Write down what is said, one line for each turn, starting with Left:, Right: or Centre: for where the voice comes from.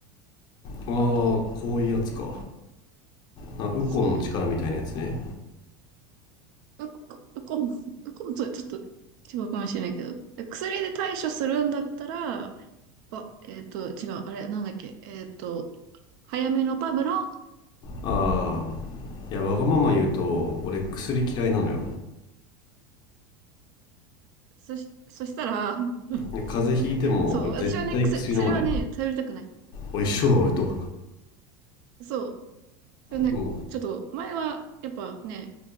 Left: ああこういうやつか
Right: あと、
Left: なウコンの力みたいなやつね
Right: そう。うこ、うこん、うこんとちょっと違うかもしれないけど。え薬で対処するんだったら、ば、えっと、違う、あれ、なんだっけ、えっと、早めのパブロン。
Left: ああいやわがまま言うと俺薬嫌いなのよ
Right: そし、そしたら、うん
Left: いや風邪ひいても俺絶対薬飲まない
Right: そう、私はね、薬、薬はね、頼りたくない。
Left: お一緒だ俺と
Right: うん。そう。それね、
Left: も
Right: ちょっと、前は、やっぱね、